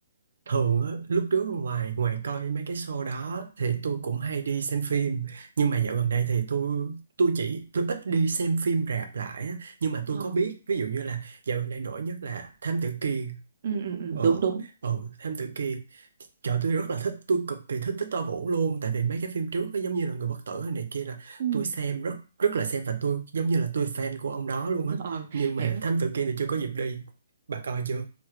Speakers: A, on the right; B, on the right.
A: thường á, lúc trước ngoài ngoài coi mấy cái show đó thì tôi cũng hay đi xem phim nhưng mà dạo gần đây thì tôi tôi chỉ tôi ít đi xem phim rạp lại á. nhưng mà tôi
B: Ờ.
A: có biết ví dụ như là dạo gần đây nổi nhất là Thám Tử Kiên
B: ừ ừ ừ
A: ờ
B: đúng đúng
A: ờ Thám Tử Kiên Trời tôi rất là thích, tôi cực kỳ thích Victor Vũ luôn Tại vì mấy cái phim trước á, giống như là Người Bất Tử hay này kia là
B: <laughs> ừ
A: tôi xem rất rất là xem Và tôi giống như là tôi fan của ông đó luôn á
B: ờ
A: Nhưng mà
B: hiểu
A: Thám Tử Kiên thì chưa có dịp đi Bà coi chưa?